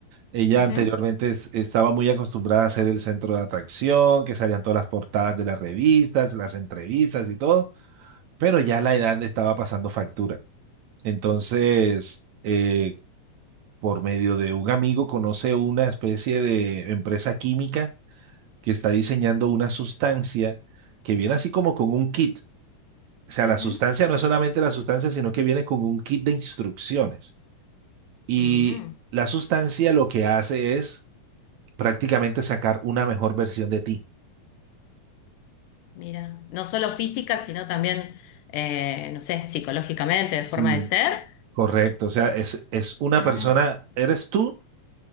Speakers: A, on the right; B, on the left.
A: Ella
B: Ujú,
A: anteriormente es- estaba muy acostumbrada a ser el centro de atracción, que salían todas las portadas de las revistas, las entrevistas y todo, pero ya la edad le estaba pasando factura. Entonces, eh, por medio de un amigo conoce una especie de empresa química que está diseñando una sustancia que viene así como con un kit. O sea,
B: ujú,
A: la sustancia no es solamente la sustancia, sino que viene con un kit de instrucciones. Y
B: ujú.
A: la sustancia lo que hace es prácticamente sacar una mejor versión de ti.
B: Mira, no solo física, sino también, eh, no sé, psicológicamente, de
A: Sí,
B: forma de ser.
A: Correcto, o sea, es, es una
B: Mm.
A: persona, eres tú,